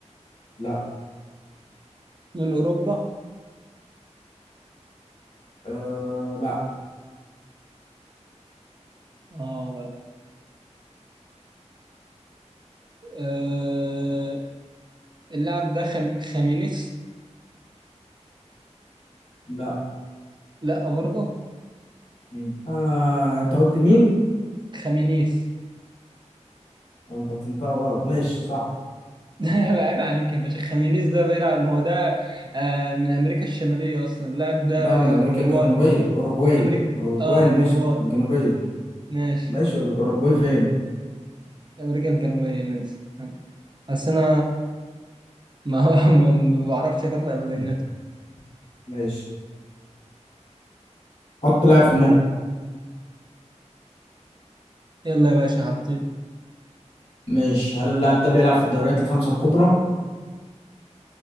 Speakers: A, on the left; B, on the right.
A: لا
B: من أوروبا
A: آه لا
B: اه بقى. آه اللاعب ده خم... خامينيس
A: لا
B: لا برضه
A: مين؟ آه انت قلت مين؟
B: خامينيس <laughs>
A: انت فهمتها غلط ماشي صح
B: ده يبقى عيب عليك يا باشا خامينيس ده بيلعب ما هو ده آه من أمريكا الشمالية أصلا اللاعب ده
A: ده من امريكا
B: أوروجواني
A: الجنوبية اوروجواي
B: امريكا
A: اوروجواي
B: اه
A: ماشي
B: الاوروغواي
A: الجنوبية
B: ماشي
A: ماشي الاوروجواي فين؟
B: امريكا الجنوبيه ماشي بس انا ما <laughs> ما ما بعرفش اقرا بياناتي
A: <laughs> ماشي حط لاعب في دماغك
B: يلا يا باشا حطي
A: ماشي هل اللاعب ده بيلعب في الدوريات الخمسة الكبرى؟